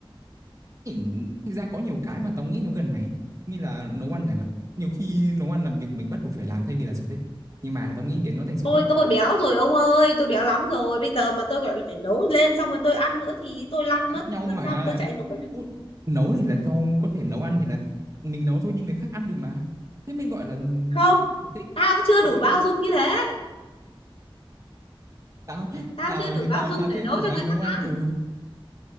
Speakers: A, on the right; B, on the left.
A: Thì thực ra có nhiều cái mà tao nghĩ nó gần mày á như là nấu ăn chẳng hạn nhiều khi nấu ăn là việc mình bắt buộc phải làm thay vì là sở thích nhưng mà tao nghĩ biến nó thành sở
B: tôi
A: thích thì
B: tôi béo rồi ông ơi tôi béo lắm rồi bây giờ mà tôi gọi là phải nấu lên xong rồi tôi ăn nữa thì tôi lăn
A: khác
B: mất
A: nhau
B: làm
A: mà
B: sao mà tôi chạy nổi
A: nấu
B: được
A: nấu thì là cho có thể nấu ăn thì là mình nấu thôi nhưng người khác ăn được mà thế mình gọi là
B: không
A: sở thích
B: tao chưa
A: có thể
B: đủ
A: như
B: bao dung như thế
A: tao
B: tao
A: tao
B: chưa đủ
A: như
B: bao
A: tao
B: dung
A: tao
B: để
A: sẽ
B: nấu
A: cố
B: cho
A: gắng
B: người
A: nấu
B: khác
A: ăn
B: ăn
A: ừ